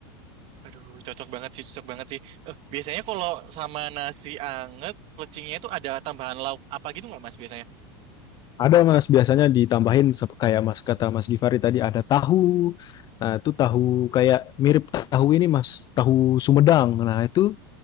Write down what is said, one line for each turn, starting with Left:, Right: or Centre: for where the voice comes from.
Right: Aduh, cocok banget sih, cocok banget sih. Eh, biasanya kalau sama nasi anget, plecingnya itu ada tambahan lauk apa gitu nggak, Mas, biasanya?
Left: Ada Mas biasanya ditambahin sep- kayak Mas kata Mas Gifari tadi ada tahu. Nah itu tahu kayak mirip tahu ini Mas, tahu Sumedang. Nah itu